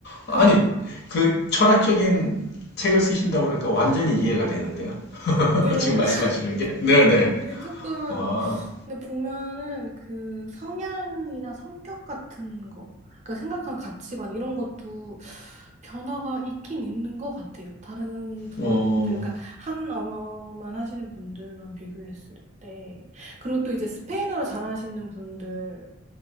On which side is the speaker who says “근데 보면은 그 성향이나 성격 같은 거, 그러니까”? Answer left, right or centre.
Right